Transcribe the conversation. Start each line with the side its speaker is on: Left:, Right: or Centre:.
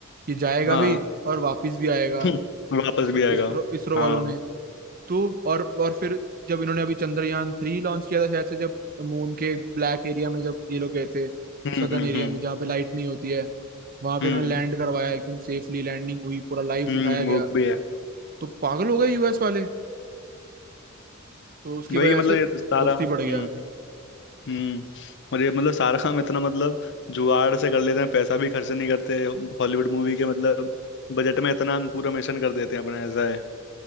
Right: ये जाएगा
Left: हाँ
Right: भी और वापस भी आएगा
Left: <laughs> हम्म, वापस
Right: इसरो
Left: भी आएगा
Right: इसरो इसरो
Left: हाँ
Right: वालों ने
Left: हम्म
Right: तो और और फिर जब इन्होंने अभी चंद्रयान थ्री लॉन्च किया था शायद से जब मून के ब्लैक एरिया में जब ये लोग गए थे
Left: हम्म
Right: सदर्न
Left: हम्म
Right: एरिया में जहाँ पे लाइट नहीं होती है वहां पे
Left: हम्म
Right: उन्होंने लैंड करवाया एकदम सेफली लैंडिंग हुई पूरा लाइव
Left: हम्म
Right: दिखाया गया
Left: वो भी है
Right: तो पागल हो गए यूएस वाले तो उसकी
Left: वही
Right: वजह
Left: है, मतलब
Right: से
Left: ये तो सारा
Right: दोस्ती
Left: हम्म
Right: बढ़ गया
Left: हम्म और ये मतलब सारा काम इतना मतलब जुगाड़ से कर लेते हैं पैसा भी खर्च नहीं करते हॉलीवुड मूवी के मतलब बजट में इतना पूरा मिशन कर देते हैं अपना ऐसा है